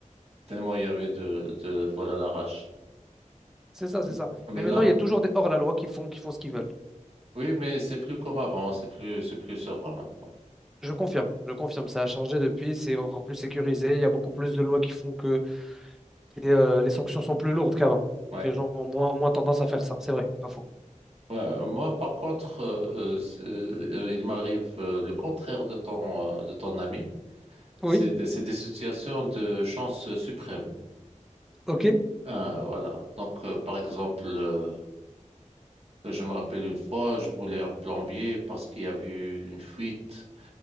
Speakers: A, on the right (about 50°); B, in the centre.
A: Tellement il y avait de de vol à l'arrache.
B: c'est ça, c'est
A: M-
B: ça.
A: Mais
B: Mais maintenant,
A: là, m-
B: il y a toujours des hors-la-loi qui font, qui font ce qu'ils veulent.
A: oui, mais c'est plus comme avant. C'est plus c'est plus serein maintenant.
B: Je confirme, je confirme, ça a changé depuis, c'est encore plus sécurisé, il y a beaucoup plus de lois qui font que les, euh, les sanctions sont plus lourdes qu'avant.
A: Ouais.
B: Donc Les gens ont moins, ont moins tendance à faire ça, c'est vrai, pas faux.
A: Ouais, moi, par contre, euh, euh, c'est- euh, il m'arrive euh, le contraire de ton, euh, de ton ami.
B: Oui,
A: C'est des, c'est des situations de chance suprême.
B: ok.
A: Ah, voilà. Donc, euh, par exemple, euh, je me rappelle une fois, je voulais un plombier parce qu'il y avait eu une fuite